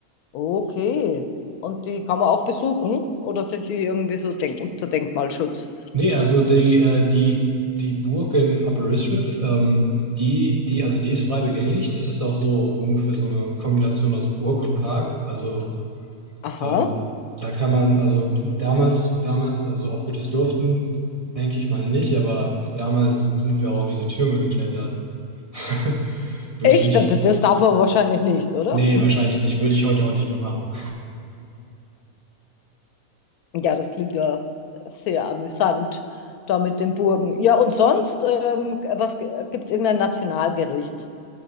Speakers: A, on the left; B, on the right.
A: Okay. Und die kann man auch besuchen? Oder sind die irgendwie so denk unter Denkmalschutz?
B: Nee, also die, äh, die, die Burg in Aberystwyth, ähm, die, die, also die ist frei begänglich. Das ist auch so ungefähr so eine Kombination aus Burg und Park. Also
A: Aha.
B: ähm, da kann man, also damals, damals, also ob wir das durften, denke ich mal nicht, aber damals sind wir auch auf diese Türme geklettert. <laughs> Würde
A: Echt?
B: ich nicht,
A: Das das darf man wahrscheinlich nicht, oder?
B: nee, wahrscheinlich nicht, würde ich heute auch nicht mehr machen.
A: Ja, das klingt ja sehr amüsant, da mit den Burgen. Ja, und sonst, ähm, was gibt es irgendein Nationalgericht?